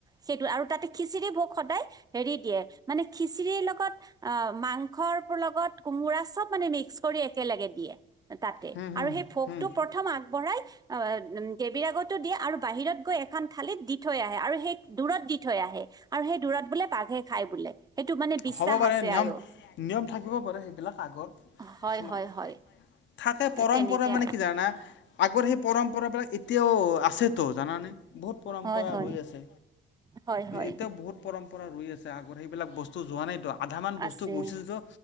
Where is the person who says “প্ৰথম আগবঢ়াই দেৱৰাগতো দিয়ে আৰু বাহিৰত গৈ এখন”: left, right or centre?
Right